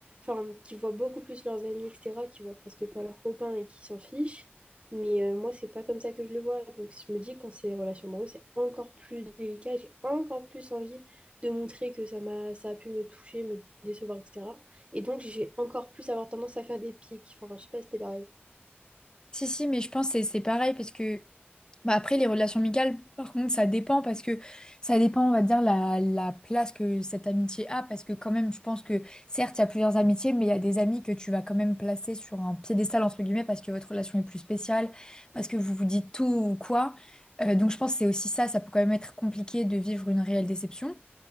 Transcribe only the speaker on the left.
Si, si, mais je pense que c'est c'est pareil parce que Bah après, les relations amicales, par contre, ça dépend parce que ça dépend, on va dire, la, la place que cette amitié a. Parce que quand même, je pense que certes, il y a plusieurs amitiés, mais il y a des amis que tu vas quand même placer sur un piédestal, entre guillemets, parce que votre relation est plus spéciale, parce que vous vous dites tout ou quoi. Euh, donc je pense que c'est aussi ça, ça peut quand même être compliqué de vivre une réelle déception.